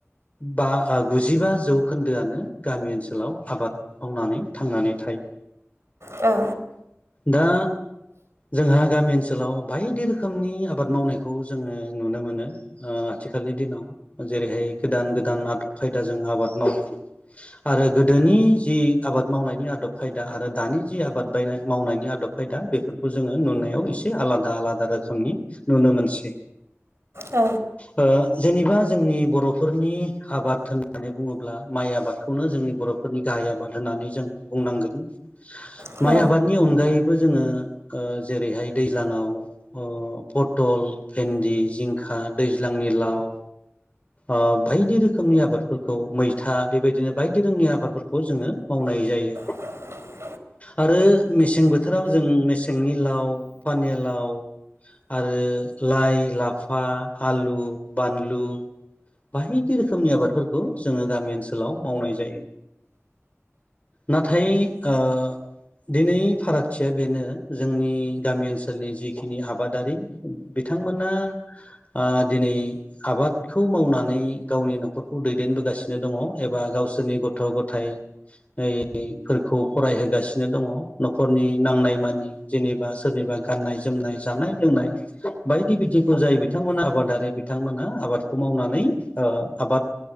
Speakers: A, on the left (about 35°); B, on the right (about 75°).
A: बा गुजिबा जौ। खोन्दोआनो गामि ओनसोलाव आबाद मावनानै थांनानै थायो।
B: औ
A: दा जोंहा गामि ओनसोलाव बायदि रोखोमनि आबाद मावनायखौ जोंङो नुनो मोनो ओ आथिखालनि दिनाव जेरैहाय गोदान गोदान आदब खायदाजों आबाद मावो आरो गोदोनि जि आबाद मावनायनि आदब खायदा आरो। दानि जि आबाद बायनाय मावनायनि आदब खायदा बेफोरखौ जोंङो नुनायाव एसे आलादा आलादा रोखोमनि नुनो मोनसै
B: औ
A: ओ जेनेबा जोंनि बर'फोरनि आबाद होननानै बुंङोब्ला माइ आबादखौनो जोंनि बर'फोरनि गाहाय आबाद होननानै जों बुंनांगोन।
B: औ
A: माइ
B: औ
A: आबादनि अनगायै बो जोंङो ओ जेरैहाय दैज्लांङाव अ पथल भेन्दि जिंखा आ दैज्लांनि लाव आ बायदि रोखोमनि आबादफोरखौ मैथा बेबायदिनो बायदि रोंनि आबादफोरखौ जोंङो मावनाय जायो।
B: <inaudible>
A: आरो मेसें बोथोराव जों मेसेंनि लाव पानिया लाव आरो लाइ लाफा आलु बानलु बायदि रोखोमनि आबादफोरखौ जोंङो गामि ओनसोलाव मावनाय जायो। नाथाय आ दिनै फारागथिया बेनो जोंनि गामि ओनसोलनि जिखिनि आबादारि बिथांमोना आ दिनै आबाद खौ मावनानै गावनि न'खरखौ दैदेनबोगासिनो दंङ एबा गावसोरनि गथ' ग'थाइ। नाय फोरखौ फरायहोगासिनो दंङ न'खरनि नांनाय मानि जेनेबा सोरनिबा गाननाय जोमनाय जानाय लोंनाय बायदि बिथिंखौ जाय बिथांमोना आबादारि बिथांमोना आबाद खौ मावनानै ओ आबाद